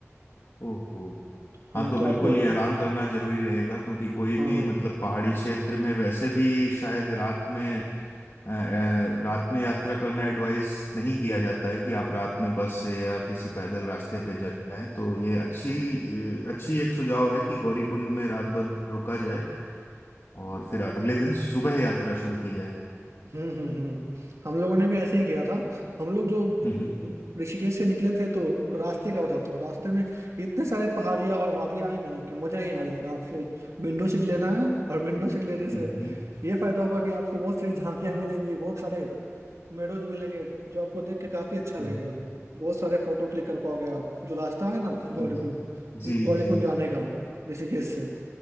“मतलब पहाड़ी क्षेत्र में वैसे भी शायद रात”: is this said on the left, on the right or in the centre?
Left